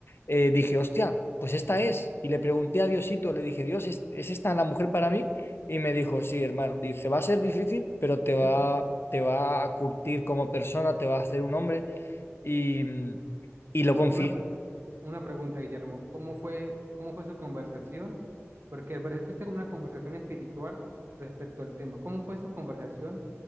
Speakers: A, on the left; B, on the right.
A: eh, dije, hostia, pues esta es. Y le pregunté a Diosito, le dije, Dios, ¿es, es esta la mujer para mí? Y me dijo, sí, hermano, dice, va a ser difícil, pero te va,
B: <laughs>
A: te va a curtir como persona, te va a hacer un hombre. Y, mm, y lo confié.
B: Una, pre- una pregunta, Guillermo. ¿Cómo fue, cómo fue su conversación? Porque al parecer tuviste como una conversación espiritual respecto al tema. ¿Cómo fue su conversación